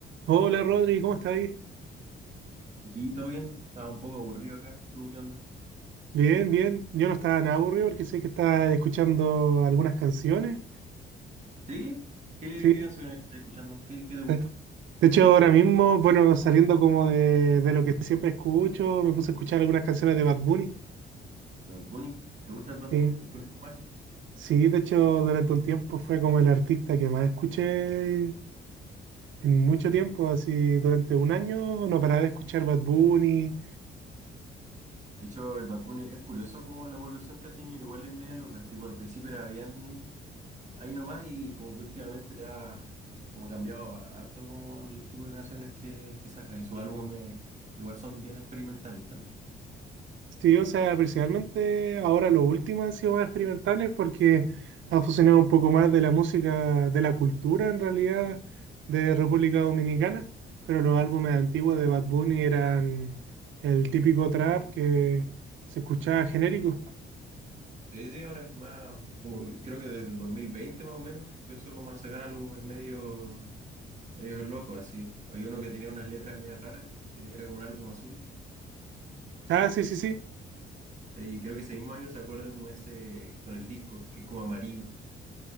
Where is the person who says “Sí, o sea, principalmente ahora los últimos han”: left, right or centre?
Right